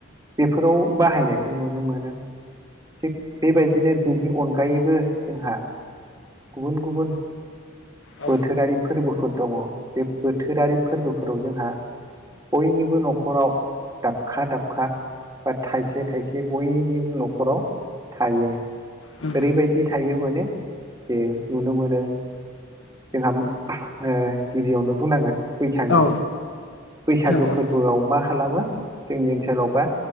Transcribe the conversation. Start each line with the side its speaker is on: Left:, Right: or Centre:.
Right: बेफोराव बाहायनायखौ नुनो मोनो। थिग बेबायदिनो बिनि अनगायैबो जोंहा गुबुन गुबुन
Left: औ
Right: बोथोरारि फोरबोफोर दङ बे बोथोरारि फोरबोफोराव जोंहा बयनिबो न'खराव दाबखा दाबखा बा थाइसे थाइसे बयनिबो न'ख न'खराव थायो
Left: नंगौ
Right: ओरैबायदि थायो माने जे नुनो मोनो जोंहा ओ गिबियावनो बुंनांगोन बैसागो
Left: औ
Right: फोरबो बैसागो
Left: नंगौ
Right: फोर बोआव मा खालामो जोंनि ओनसोलाव हा